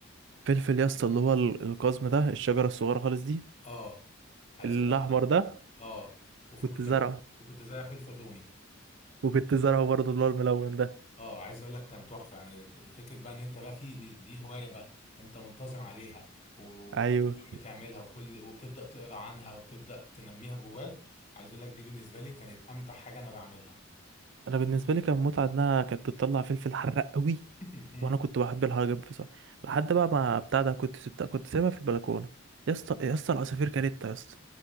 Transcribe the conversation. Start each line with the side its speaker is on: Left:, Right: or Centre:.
Right: فلفل يا اسطى اللي هو ال- القزم ده الشجره الصغيره خالص دي
Left: اه عايز
Right: الاحمر
Left: اقول لك
Right: ده
Left: اه وفي
Right: كنت
Left: كنت
Right: زرعه
Left: كنت- وكنت زارع فلفل رومي
Right: وكنت زرعه برضه اللي هو الملون ده
Left: اه عايز اقول لك كان تحفه يعني فكره بقى ان انت بقى في دي هوايه بقى انت منتظم عليها وكل
Right: ايوه
Left: يوم بتعملها وكل وبتبدا تقرا عنها وبتبدا تنميها جواك عايز اقول لك دي بالنسبه لي كانت امتع حاجه انا بعملها
Right: انا بالنسبه لي كان متعه انها كانت بتطلع فلفل حراق قوي
Left: <laughs> أمم.
Right: وانا كنت بحب الحاجه دي بصراحه لحد بقى ما بتاع ده كنت سبتها كنت سايبها في البلكونه يا اسطى يا اسطى العصافير كانت يا اسطى